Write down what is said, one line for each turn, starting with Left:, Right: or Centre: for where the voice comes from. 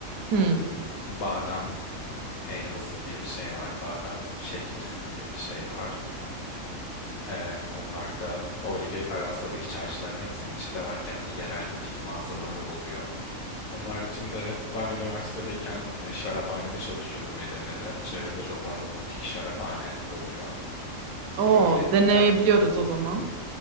Right: Hmm.
Left: Badem helvası diye bir şey var. Badem çekmesi diye bir şey var. Ee, onlar da oradaki Aras'taki çarşıların hepsinin içinde var. Kendi yerel butik mağazaları oluyor. Onun haricinde ben üniversitedeyken e, şaraphanede çalışıyordum Edirne'de. Çevrede çok fazla butik şaraphane oluyor
Right: Oo,
Left: köylerinde.
Right: deneyebiliyoruz o zaman.